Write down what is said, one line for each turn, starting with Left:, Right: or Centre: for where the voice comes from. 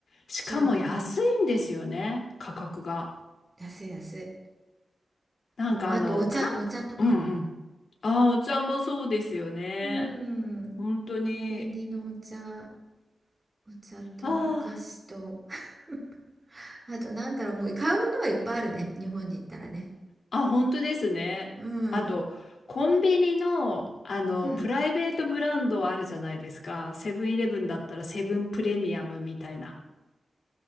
Left: しかも安いんですよね、
Right: そう、
Left: 価格が。
Right: 安い安い。
Left: なんかあの、
Right: もう、あとお茶、
Left: 韓国、
Right: お茶とかも。
Left: うんうん。ああ、お茶もそうですよね。
Right: うん、
Left: 本当に。
Right: コンビニのお茶、お茶とお菓子と、
Left: あ
Right: <laughs> あとなんだろう、もう買うものはいっぱいあるね、日本に行ったらね。
Left: あ、あ、本当ですね。
Right: うん、
Left: あと、コンビニの、あの、
Right: うん。
Left: プライベートブランドあるじゃないですか。セブンイレブンだったらセブンプレミアムみたいな。